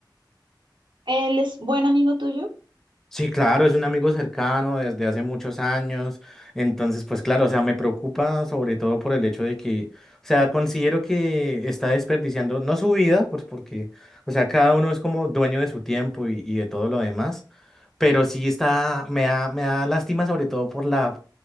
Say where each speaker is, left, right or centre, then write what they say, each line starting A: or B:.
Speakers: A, on the right; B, in the centre.
A: ¿Él es buen amigo tuyo?
B: Sí, claro, es un amigo cercano desde hace muchos años. Entonces, pues claro, o sea, me preocupa sobre todo por el hecho de que, o sea, considero que está desperdiciando, no su vida, pues porque, o sea, cada uno es como dueño de su tiempo y, y de todo lo demás, pero sí está, me da, me da lástima sobre todo por la,